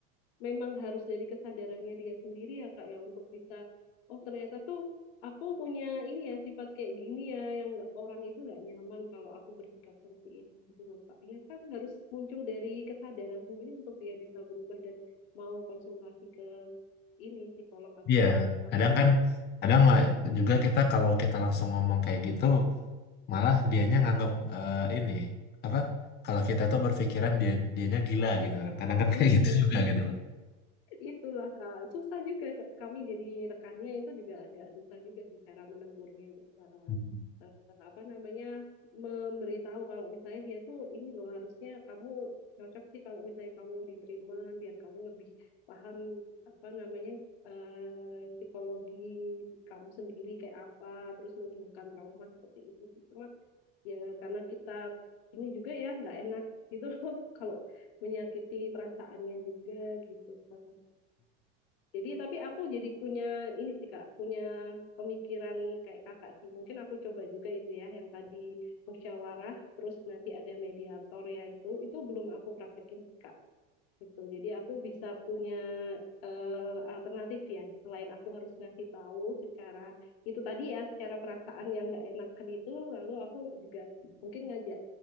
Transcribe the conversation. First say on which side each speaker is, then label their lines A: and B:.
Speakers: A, on the left; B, on the left.
A: memang harus dari kesadarannya dia sendiri ya Kak ya untuk bisa oh ternyata tuh aku punya ini ya sifat kayak gini ya yang nggak- orang itu nggak nyaman kalau aku bersikap seperti ini gitu loh Kak. Ya kan harus muncul dari kesadaran sendiri untuk dia bisa berubah dan mau konsultasi ke ini psikolog atau
B: iya.
A: psikiater
B: Kadang kan, kadang mah juga kita kalau kita langsung ngomong kayak gitu, malah dianya nganggap eh, ini apa? Kalau kita tuh berpikiran dia dianya gila gitu kan. Kadang kan
A: <laughs>
B: kayak gitu juga gitu
A: Itulah Kak, susah juga Kak. kami jadi rekannya itu juga agak susah juga sih cara menegurnya, terus cara
B: loh.
A: eh, apa namanya memberitahu kalau misalnya dia tuh ini loh harusnya kamu cocok sih kalau misalnya kamu di treatment biar kamu lebih paham apa namanya eh, psikologi kamu sendiri kayak apa, terus menghilangkan trauma seperti itu sih. Cuma ya karena kita ini juga ya nggak enak gitu loh <laughs> kalau menyakiti perasaannya juga gitu Kak. Jadi tapi aku jadi punya ini sih Kak, punya pemikiran kayak Kakak sih. Mungkin aku coba juga itu ya yang tadi musyawarah terus nanti ada mediator ya itu itu belum aku praktekin Kak gitu. Jadi aku bisa punya eh, alternatif ya, selain aku harus ngasih tahu secara itu tadi ya, secara perasaan yang nggak enakan itu, lalu aku juga mungkin ngajak